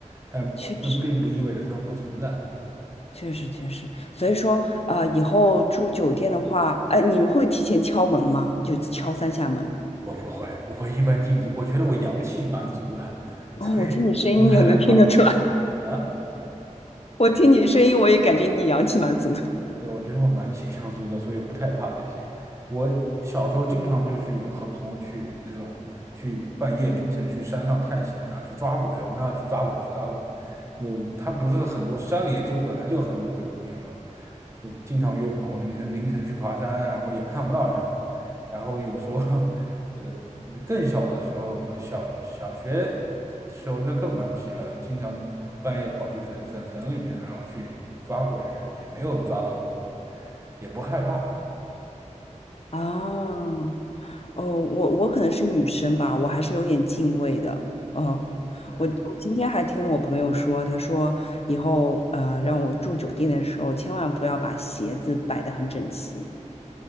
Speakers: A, on the right; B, on the left.
A: 但并并不意味着他们不存在。
B: 确实，确实确实，所以说啊呃以后住酒店的话，哎，你会提前敲门吗？就敲三下门。
A: 我不会，我一般禁忌，我觉得我阳气蛮足的，
B: 哦，
A: <laughs> 所以我不太害怕
B: 我听你声音就能听得出来，
A: 啊。
B: 我听你声音我也感觉你阳气蛮足的。
A: 对，我觉得我蛮喜相处的，所以我不太怕这些。我小时候经常就去和朋友去这种去半夜凌晨去山上探险啊，去抓鬼。我们那去抓鬼，去抓鬼。就他不是很多山里就本来就很多鬼故事嘛，就经常约朋友凌晨凌晨去爬山，然后也看不到什么。然后有时候 <laughs> 呃，更小的时候，小小学时候那更顽皮了，经常半夜跑去坟坟坟里面，然后去抓鬼，也也没有抓到过鬼，也不害怕。
B: 啊，哦，我我可能是女生吧，我还是有点敬畏的。嗯，
A: 对，
B: 我我今天还听我朋友说，他说以后呃让我住酒店的时候，千万不要把鞋子摆得很整齐，